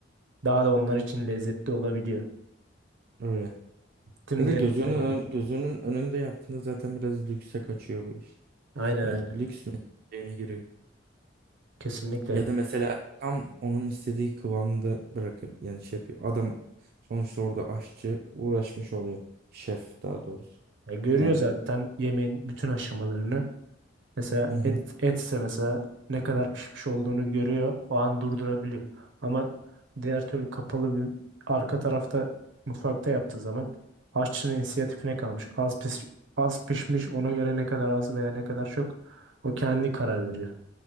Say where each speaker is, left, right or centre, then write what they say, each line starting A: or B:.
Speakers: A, on the right; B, on the right.
A: daha da onlar için lezzetli olabiliyor.
B: Öyle.
A: Tüm
B: Ya da
A: detayını.
B: gözünün, ön- gözünün önünde yaptığında zaten biraz lükse kaçıyor bu iş.
A: Aynen
B: Hani
A: aynen.
B: lüks mekanına giriyor.
A: Kesinlikle.
B: Ya da mesela tam onun istediği kıvamda bırakıp yani şey yapıyor. Adam sonuçta orada aşçı uğraşmış oluyor. Şef daha doğrusu.
A: Ya görüyor
B: Yani
A: zaten yemeğin bütün aşamalarını. Mesela
B: hı hı.
A: et etse mesela ne kadar pişmiş olduğunu görüyor. O an durdurabiliyor. Ama diğer türlü kapalı bir arka tarafta mutfakta yaptığı zaman aşçının inisiyatifine kalmış. Az pis, az pişmiş ona göre ne kadar az veya ne kadar çok o kendi karar veriyor.